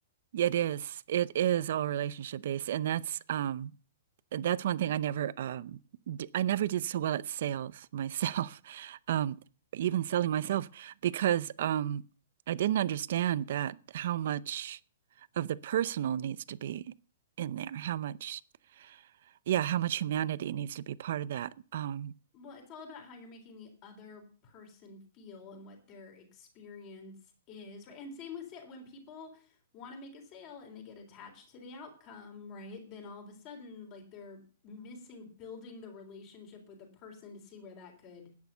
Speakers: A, on the right; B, on the left.
A: Yeah, It is. It is all relationship based, and that's um that's one thing I never um d I never did so well at sales myself, <laughs> um even selling myself because um I didn't understand that how much of the personal needs to be in there, how much yeah, how much humanity needs to be part of that. Um,
B: Well, it's all about how you're making the other person feel and what their experience is, right? And same with sale. When people want to make a sale and they get attached to the outcome, right? Then all of a sudden, like they're missing building the relationship with the person to see where that could